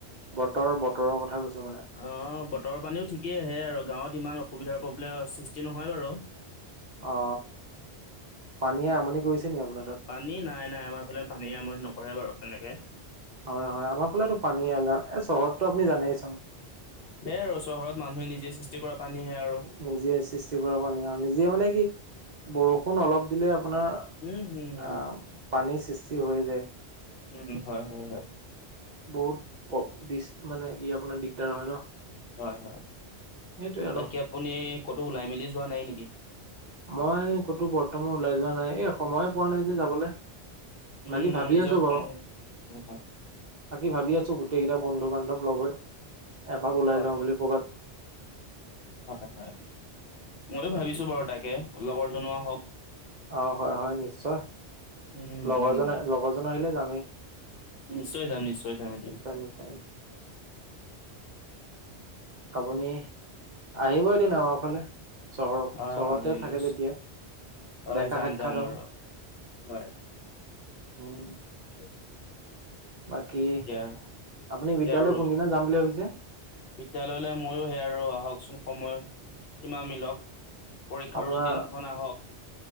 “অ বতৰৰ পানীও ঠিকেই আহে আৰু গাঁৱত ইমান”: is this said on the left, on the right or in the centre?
Left